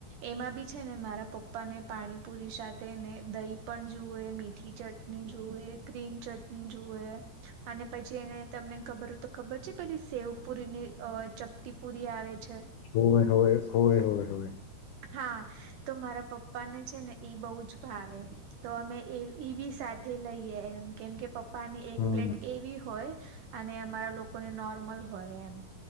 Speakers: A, on the right; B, on the left.
A: એમાં બી છે ને મારા પપ્પા ને પાણીપુરી સાથેને દહી પણ જુએ, મીઠી ચટણી જુએ, ગ્રીન ચટણી જુએ અને પછી એને તમને ખબર હોય તો ખબર છે પેલી સેવ પુરી ની અ ચપતી પુરી આવે છે.
B: હોવે, હોવે, હોવે, હોવે, હોવે.
A: હા તો મારા પપ્પ પા ને છે ને એબોઉ જ ભાવે. તો અમે એ એ બી સાથે લઈએ એમ કેમ કે પપ્પા ને એક
B: હમ
A: પ્લેટ એવી હોય અને અમારા લોકોને નોર્મલ હોય એમ.